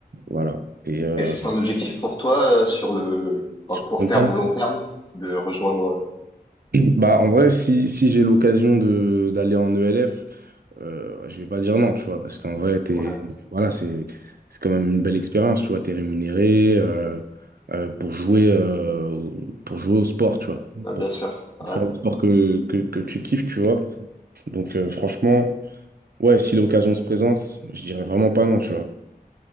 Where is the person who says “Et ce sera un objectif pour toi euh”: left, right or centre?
Left